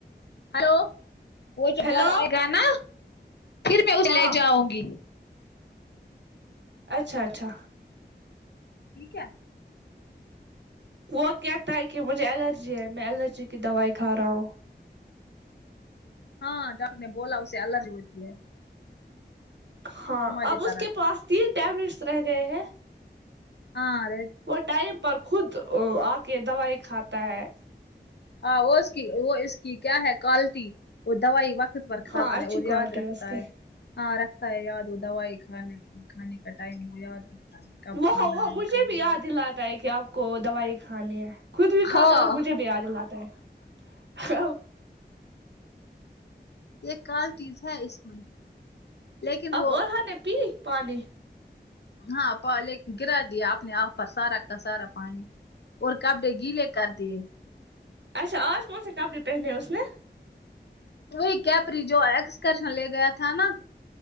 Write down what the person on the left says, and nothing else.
ہلو وہ جو
گھر آئے گا نا پھر میں اسے
لے جاؤں گی
ٹھیک ہے
ہاں ڈاکٹر نے بولا اس سے الرجی ہوتی ہے
ہماری
طرح
ہاں ر
ہاں وہ اس کی وہ اس کی کیا ہے کالیٹی وہ دوائی وقت پر کھاتا
ہے اور
یاد رکھتا
ہے ہاں رکھتا ہے یاد وہ دوائی کھانے کھانے کا ٹائم وہ یاد رکھتا ہے کب
کھانا
ہے
کب
نہیں
ہاں
یہ کالٹیز ہے اس میں لیکن
وہ
ہاں پولیک گرا دیا آپ نے آپ پر سارا کا سارا پانی اور کپڑے گیلے کر دیے
وہی کیپری جو ایکسکرشن لے گیا تھا نا